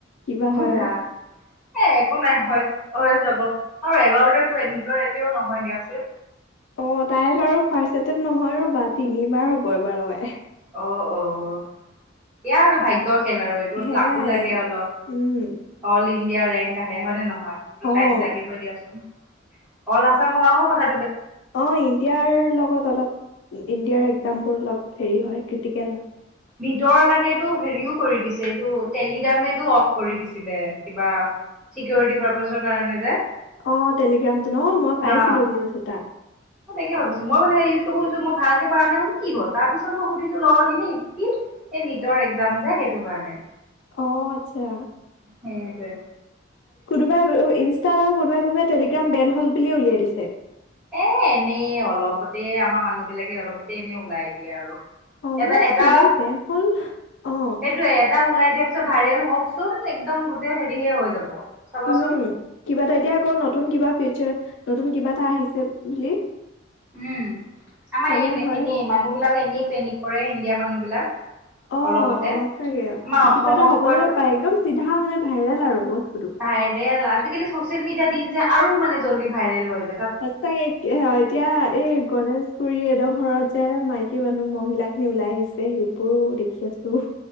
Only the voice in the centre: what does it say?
জা
এ একো নাই হৈ হৈ যাব। আৰু এবাৰতেটো এ নিতৰ এনেও নহয় দিয়াচোন।
অহ অহ এয়া আৰু ভাগ্য। খেল আৰু এইটোত
লাকো লাগে অলপ
অল ই। ইণ্ডিয়াৰ ৰেংক আহে হয় নে নহয়। সেইটো
টাইম লাগিবই দিয়াচোন। অল আছাম হোৱাও কথা।
নিজৰ কাৰণটো হেৰিও কৰি দিছে এইটো টেলিগ্ৰাম এটো অফ কৰি দিছিলে কিবা চিকিৰটি প্ৰৰপচ কাৰণে যে।
হা
তাকে ভাবিছো মই মানে ইউচ কৰিব খুজিছো মই ভালকে পাৰা নাই কি হ'ল তাৰপিছত মই সুধিছো লগৰখিনিক কি এই লিতৰ একজাম সেইটো কাৰণে।
সেই দে।
এ এনেই অলপতে আমাৰ মানুহ বিলাকে অলপতে এনে ওলাই দিয়া আৰু
এটা এটা
সেইটোয়ে এটা ওলাই দিয়াৰ পিছত ভাইৰেল হওকচোন একদম গোটেই হেৰি হে হৈ যাব চাবাচোন
উম আমাৰ
এনে
এনেই মানুহ বিলাকে এনেই পেনিক কৰে ইণ্ডিয়া মানুহ বিলাক
অলপতে
আমাৰ অসমৰ
সোপাটো
ভাইৰেল <inaudible> আজিকালি ছ'চিয়েল মিডিয়া দিন যে, আৰু মানে জল্দি ভাইৰেল হয়।